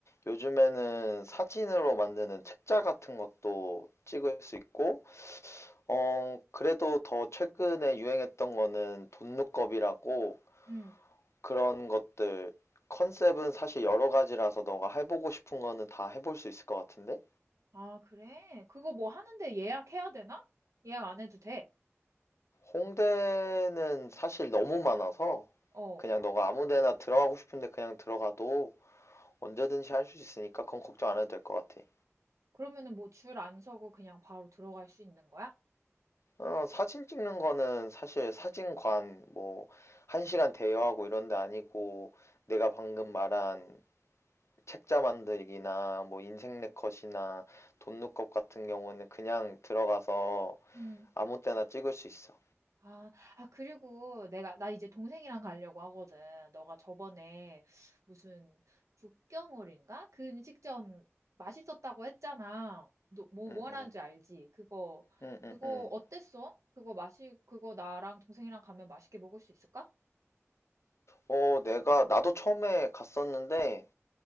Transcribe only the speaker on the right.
응.
아, 그래? 그거 뭐 하는데 예약해야 되나? 예약 안 해도 돼.
어.
그러면은 뭐 줄 안 서고 그냥 바로 들어갈 수 있는 거야?
응,
아, 아, 그리고 내가, 나 이제 동생이랑 가려고 하거든. 너가 저번에 무슨 북경오리인가? 그 음식점 맛있었다고 했잖아. 너, 뭐,
뭐라는
줄 알지? 그거,
그거
어땠어? 그거 맛이, 그거 나랑 동생이랑 가면 맛있게 먹을 수 있을까?